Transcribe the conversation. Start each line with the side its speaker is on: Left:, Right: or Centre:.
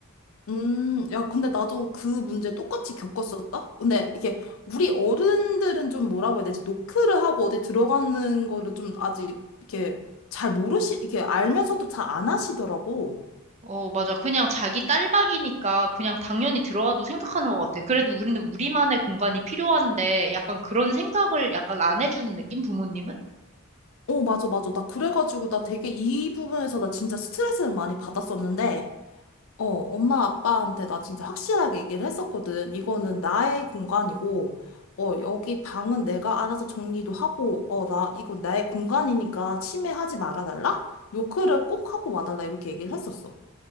Left: 음, 야, 근데 나도 그 문제 똑같이 겪었었다? 근데 이게 우리 어른들은 좀 뭐라고 해야 되지? 노크를 하고 어디 들어가는 거를 좀 아직 이렇게 잘 모르시, 이렇게 알면서도 잘 안 하시더라고.
Right: 어, 맞아. 그냥 자기 딸방이니까 그냥 당연히 들어와도 생각하는 것 같아. 그래도 우리는 우리만의 공간이 필요한데 약간 그런 생각을 약간 안 해주는 느낌? 부모님은?
Left: 어, 맞아, 맞아. 나 그래가지고 나 되게 이 부분에서 나 진짜 스트레스를 많이 받았었는데 어, 엄마 아빠한테 나 진짜 확실하게 얘기를 했었거든. 이거는 나의 공간이고, 어, 여기 방은 내가 알아서 정리도 하고, 어, 나, 이건 나의 공간이니까 침해하지 말아달라? 노크를 꼭 하고 와달라. 이렇게 얘기를 했었어.